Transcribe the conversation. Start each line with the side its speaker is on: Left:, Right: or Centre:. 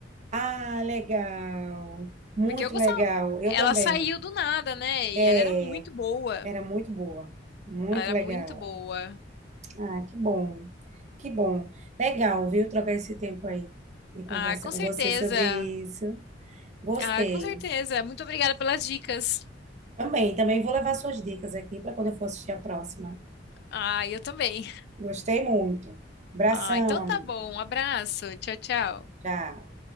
Right: Ah, legal. Muito
Left: Porque eu gostava.
Right: legal. Eu
Left: Ela
Right: também.
Left: saiu do nada, né?
Right: É,
Left: E ela era muito boa.
Right: era muito boa. Muito
Left: Ela era
Right: legal.
Left: muito boa.
Right: Ah, que bom. Que bom. Legal, viu? Trocar esse tempo aí de conversa
Left: Ah, com
Right: com
Left: certeza.
Right: você sobre isso. Gostei.
Left: Ah, com certeza. Muito obrigada pelas dicas.
Right: Também, também vou levar suas dicas aqui para quando eu for assistir a próxima.
Left: Ah, eu também.
Right: Gostei muito. Abração,
Left: Ah, então
Right: amiga.
Left: tá bom. Um abraço. Tchau, tchau.
Right: Tchau.